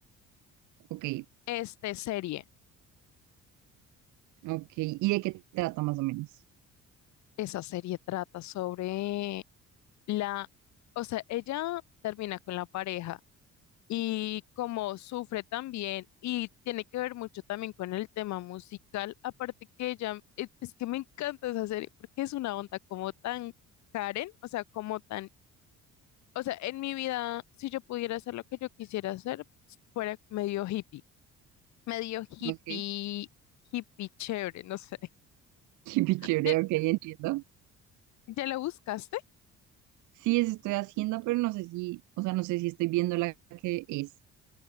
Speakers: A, on the right; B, on the left.
A: Ok,
B: este serie.
A: ok. ¿Y de qué trata más o menos?
B: Esa serie trata sobre la, o sea, ella termina con la pareja y como sufre también y tiene que ver mucho también con el tema musical, aparte que ella, e- es que me encanta esa serie porque es una onda como tan Karen, o sea, como tan O sea, en mi vida, si yo pudiera hacer lo que yo quisiera hacer, fuera medio hippie, medio hippie,
A: Ok. <laughs>
B: hippie chévere, no sé. <laughs>
A: Qué chévere,
B: ¿Ya,
A: ok, entiendo.
B: ya lo buscaste?
A: Sí, eso estoy haciendo, pero no sé si, o sea, no sé si estoy viendo la que es.